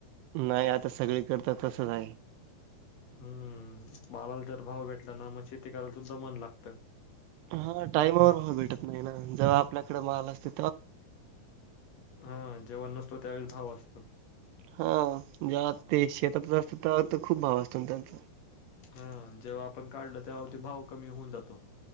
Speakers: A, on the right; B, on the left.
A: नाही आता सगळी करता तसच आहे
B: हम्म मालाला तर भाव भेटला ना मग शेती करायला सुद्धा मन लागत
A: हा टाईमावर भाव भेटत नाही ना जेव्हा आपल्याकडे माल असतय
B: हा जेव्हा नसतो त्यावेळेला असतो
A: हा ज्या ते शेतातच असत त्या खूप भाव असतो त्यांचा
B: हा जेव्हा आपण काढल तेव्हाती भाव कमी होऊन जातो